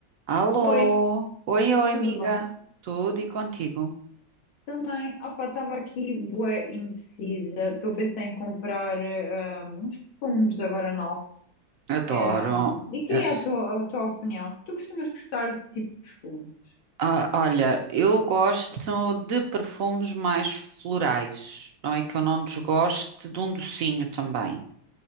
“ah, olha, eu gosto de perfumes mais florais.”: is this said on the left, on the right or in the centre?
Right